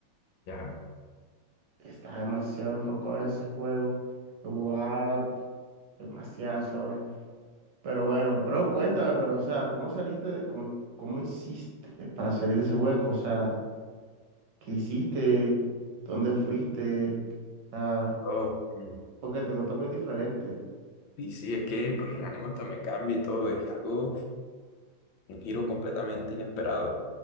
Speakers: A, on the left (about 75°); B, on the right (about 65°).
A: ya.
B: Estaba demasiado enfocado en ese juego. Jugaba demasiadas horas. Pero bueno, bro, cuéntame, pero o sea, ¿cómo saliste, de- cómo, cómo hiciste para salir de ese hueco? O sea, ¿qué hiciste? ¿Dónde fuiste? Ah,
A: Oh, mm,
B: porque te notas muy diferente.
A: y sí, es que, pues, el ánimo hasta me cambia y todo, es algo, un giro completamente inesperado.